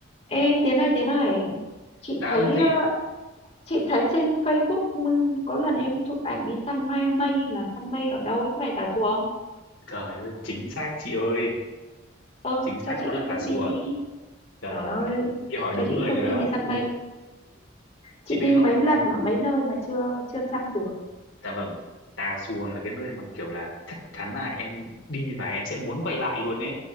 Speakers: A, on the left; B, on the left.
A: Ê Tiến ơi Tiến ơi chị
B: đã
A: thấy
B: ơi chị
A: ờ, chị thấy trên Facebook ừm, có lần em chụp ảnh đi săn mây mây là săn mây ở đâu ấy có phải Tà Xùa không
B: trời ơi chính xác chị ơi
A: ờ
B: chính
A: cho
B: xác
A: chị
B: nó
A: ít
B: là tà
A: thông
B: xùa
A: tin đi
B: trời
A: trời
B: ơi
A: ơi
B: chị hỏi
A: cho
B: đúng
A: chị ít
B: người
A: thông
B: rồi đó
A: tin đi săn mây chị
B: chị biết
A: đi
B: không
A: mấy lần ở mấy nơi mà chưa chưa săn được
B: dạ vâng tà xùa là cái nơi mà kiểu là chắc chắn là em đi và em sẽ muốn quay lại luôn ấy